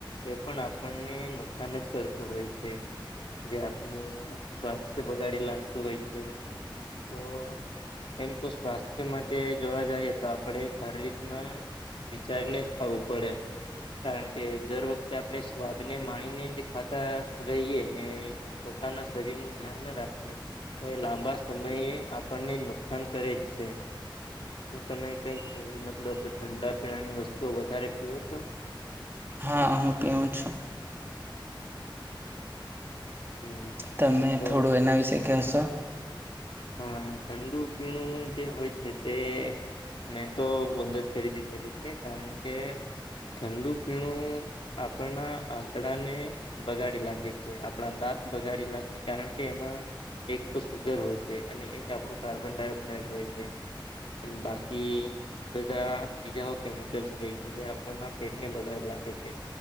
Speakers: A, on the left (about 80°); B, on the right (about 25°).
A: એ પણ આપણને નુકસાન જ કરતું હોય છે. જે આપનું સ્વાસ્થ્ય બગાડી લાગતું હોય છે તો. એમ તો સ્વાસ્થ્ય માટે જોવા જઈએ તો આપણે સારી રીતના. વિચારીને જ ખાવું પડે કારણ કે દર વખતે આપણે સ્વાદને માણીને. ખાતા રહીએ ને પોતાના શરીર નું ધ્યાન ના રાખીએ. તો એ લાંબા સમયે આપણને નુકસાન કરે જ છે. શું તમે કઈક એવી મતલબ ઠંડા પીણાની વસ્તુઓ વધારે પીઓ છો.
B: હા હું પીવું છું.
A: હમ.
B: તમે
A: એમ તો
B: થોડું એના વિશે કહેશો.
A: હા ઠંડુ પીણું જે હોય છે તે. મેં તો બંધ જ કરી દીધેલું છે કારણ કે. ઠંડુ પીણું આપણા આંતડાને. બગાડી નાખે છે આપણા દાંત બગાડી લખે કારણ કે એમાં એક તો સુુગર હોય છે. અને એક આપણું કાર્બન ડાયોક્સાઇડ હોય છે બાકી. બધા બીજા કેમિકલ્સ ર જે આપ પેટને બગાડ નાખે છે.